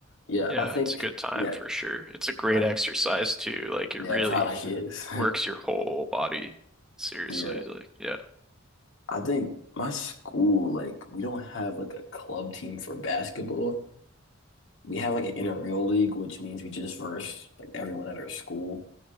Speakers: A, on the left; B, in the centre.
A: Yeah,
B: Yeah,
A: I think
B: it's a good time
A: yeah,
B: for sure. It's a great
A: um,
B: exercise too. Like it
A: yeah,
B: really
A: it probably is. <laughs>
B: works your whole body. Seriously,
A: Yeah.
B: like yeah.
A: I think my school, like, we don't have like a club team for basketball. We have like an intramural league, which means we just verse like everyone at our school,